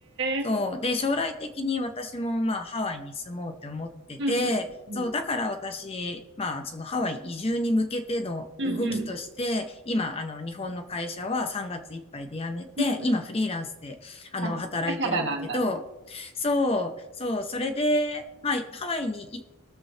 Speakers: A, on the right (about 55°); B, on the left (about 25°).
A: え。
B: そう。で、将来的に私もまあハワイに住もうって思ってて、
A: うんうんうん。
B: そう、だから私、まあそのハワイ移住に向けての動きとして、
A: うんうん。
B: 今、あの日本の会社は3月いっぱいで辞めて、
A: うんうん。
B: 今フリーランスであの働いてるんだけど、
A: あ、だからなんだね。
B: そう、そう、それで、まあハワイに行っ